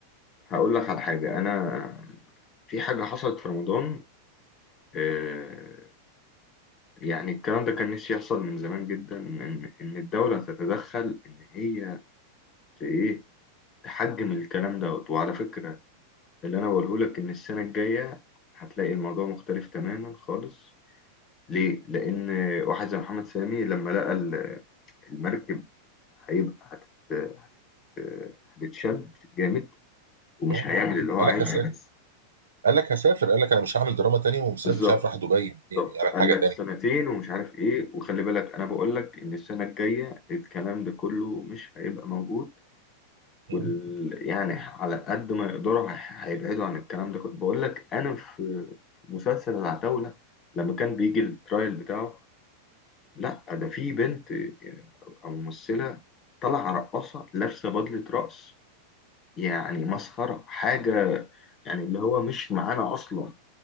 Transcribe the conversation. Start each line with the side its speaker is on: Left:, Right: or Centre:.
Left: هقول لك على حاجة أنا في حاجة حصلت في رمضان آه، يعني الكلام ده كان نفسي يحصل من زمان جدا إن إن الدولة تتدخل إن هي ت- إيه تحجم الكلام دوت وعلى فكرة اللي أنا بقوله لك إن السنة الجاية هتلاقي الموضوع مختلف تماما خالص ليه؟ لأن واحد زي محمد سامي لما لقى ال- المركب هيبقى هتت- هتت- هتتشد جامد ومش
Right: آه.
Left: هيعمل اللي هو
Right: قال
Left: عايزه
Right: لك
Left: <laughs>
Right: هسافر قال لك هسافر قال لك انا مش هعمل دراما تاني ومسافر
Left: بالظبط
Right: مش عارف راح دبي يعني يعمل
Left: بالظبط قال
Right: حاجه
Left: لك
Right: تاني
Left: سنتين ومش عارف ايه وخلي بالك انا بقول لك ان السنه الجايه الكلام ده كله مش هيبقى موجود
Right: مم.
Left: وال... يعني على قد ما يقدروا هي- هيبعدوا عن الكلام ده كنت بقول لك انا في في مسلسل العتاولة لما كان بيجي الترايل بتاعه لا ده في بنت او ممثلة طالعة رقاصة لابسة بدلة رقص يعني مسخرة حاجة يعني اللي هو مش معانا اصلا